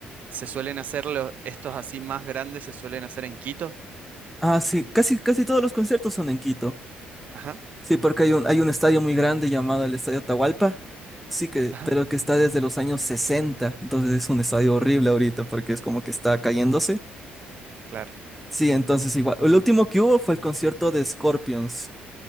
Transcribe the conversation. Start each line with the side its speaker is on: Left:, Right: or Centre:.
Right: se suelen hacer los, estos así más grandes, se suelen hacer en Quito.
Centre: Ah, sí, casi, casi todos los conciertos son en Quito.
Right: Ajá,
Centre: Sí, porque hay un, hay un estadio muy grande llamado el Estadio Atahualpa, sí que,
Right: ajá,
Centre: pero que está desde los años 60, entonces es un estadio horrible ahorita porque es como que está cayéndose.
Right: claro.
Centre: Sí, entonces igual. El último que hubo fue el concierto de Scorpions.